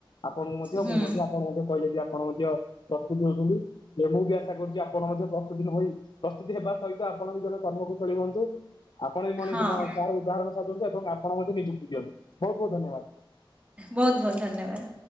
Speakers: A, on the left; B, on the right.
A: ଆପଣଙ୍କୁ ମଧ୍ୟ
B: ହୁଁ
A: ମୁଁ ମଧ୍ୟ ଆପଣଙ୍କୁ ମଧ୍ୟ କହିଲେ ଯେ ଆପଣ ମଧ୍ୟ। ପ୍ରସ୍ତୁତି ଅଛନ୍ତି ଯେ <unintelligible> ଆା କରୁଛି ଆପଣ ମଧ୍ୟ ପ୍ରତି ଦିନ ହୋଇ ପ୍ରସ୍ତୁତି ହେବା ସହିତ ଆପଣ ବି ଜଣେ କର୍ମକୁ ଖେଳ ହୁଅନ୍ତୁ। ଆପଣ ବି ମଣିଷ
B: ହଁ
A: ଧାର ଉଧାର ଏବଂ ଆପଣ ମ ନିଯୁକ୍ତି ଦିଅନ୍ତୁ ବହୁତ ବହୁତ ଧନ୍ୟବାଦ।
B: ବହୁତ ବହୁତ ଧନ୍ୟବାଦ।